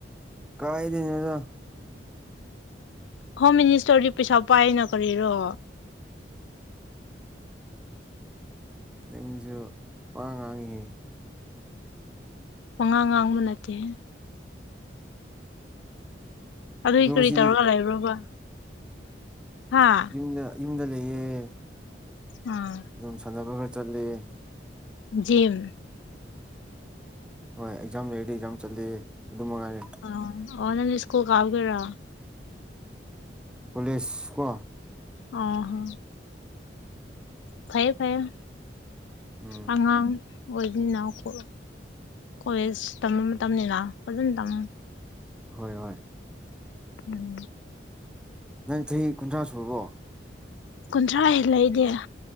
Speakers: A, in the centre; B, on the left.
A: ꯀꯥꯏꯗꯩꯅꯣꯗ
B: ꯍꯣꯝ ꯃꯤꯅꯤꯁꯇꯔꯗꯤ ꯄꯩꯁꯥ ꯄꯥꯏꯅ ꯀꯔꯤꯔꯣ꯫
A: ꯅꯪꯖꯨ ꯄꯉꯥꯡ ꯉꯥꯡꯉꯦꯍꯦ꯫
B: ꯄꯉꯥꯡ ꯉꯥꯡꯕ ꯅꯠꯇꯦꯍꯦ ꯑꯗꯨꯏ
A: ꯑꯗꯣ
B: ꯀꯔꯤ
A: ꯉꯁꯤꯗꯤ
B: ꯇꯧꯔꯒꯥ ꯂꯩꯕ꯭ꯔꯣꯕ꯫ ꯍꯥꯥ
A: ꯃꯨꯡꯗ ꯏꯃꯨꯡꯗ ꯂꯩꯌ‌ꯦ
B: ꯑꯥ
A: ꯑꯗꯨꯝ ꯁꯥꯟꯅꯕꯥꯒ ꯆꯠꯂꯦ
B: ꯖꯤꯝ
A: ꯍꯣꯏ ꯑꯦꯛꯖꯥꯝ ꯂꯩꯔꯗꯤ ꯑꯦꯛꯖꯥꯝ ꯆꯠꯂꯦ ꯑꯗꯨ ꯃꯉꯥꯏꯔꯦ꯫
B: ꯑꯥ ꯑꯣ ꯅꯪꯗꯤ ꯁ꯭ꯀꯨꯜ ꯀꯥꯎꯗꯨꯏꯔꯣ
A: ꯀꯣꯂꯦꯖꯀꯣ
B: ꯑꯥ ꯍꯥ ꯐꯩꯌ‌ꯦ ꯐꯩꯌ‌ꯦ
A: ꯎꯝ
B: ꯑꯉꯥꯡ ꯑꯣꯏꯕꯅꯤꯅ ꯀꯣ ꯀꯣꯂꯦꯖ ꯇꯝꯕ ꯃꯇꯝꯅꯤꯅ ꯐꯖꯟ ꯇꯝꯃꯨ
A: ꯍꯣꯏ ꯍꯣꯏ
B: ꯎꯝ
A: ꯅꯪ ꯆꯍꯤ ꯀꯨꯟꯊ꯭ꯔꯥ ꯁꯨꯔꯕꯣ
B: ꯀꯨꯟꯊ꯭ꯔꯥ ꯍꯦꯜꯂ‌ꯦ ꯑꯩꯗꯤ